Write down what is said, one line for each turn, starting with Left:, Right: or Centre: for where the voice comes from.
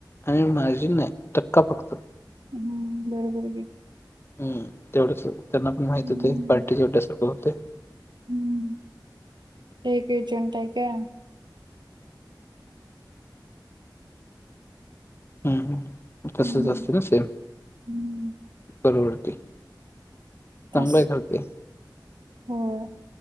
Left: आणि माझी नाही, टक्का फक्त.
Right: हम्म बरोबर <unintelligible>
Left: हम् तेवढेच त्यांना पण माहित
Right: हम्म
Left: होते पार्टीचे एवढे सारखं होतय.
Right: हम्म, ते एक एजंट हाय का.
Left: हम् हम, तसच
Right: हम्म
Left: असत ना सेम.
Right: हम्म
Left: बरोबर ते, चांगलंय
Right: अस
Left: करते.
Right: होय.